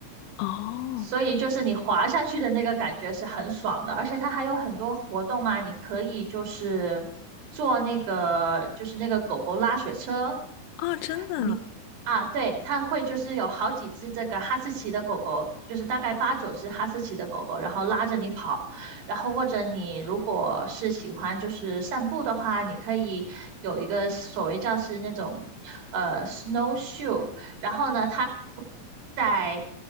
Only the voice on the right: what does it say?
所以就是你滑下去的那个感觉是很爽的，而且它还有很多活动啊，你可以就是坐那个就是那个狗狗拉雪车，
你啊，对，它会就是有好几只这个哈士奇的狗狗，就是大概八九只哈士奇的狗狗，然后拉着你跑，然后或者你如果是喜欢就是散步的话，你可以有一个所谓叫是那种呃 snowshoe，然后呢它。在